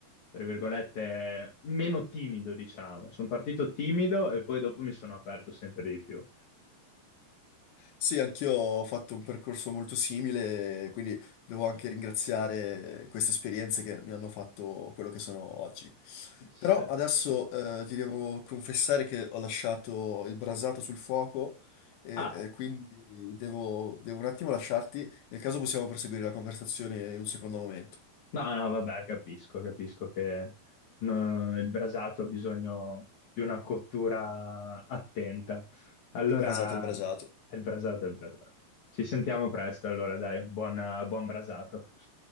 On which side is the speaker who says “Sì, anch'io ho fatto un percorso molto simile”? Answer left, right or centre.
Left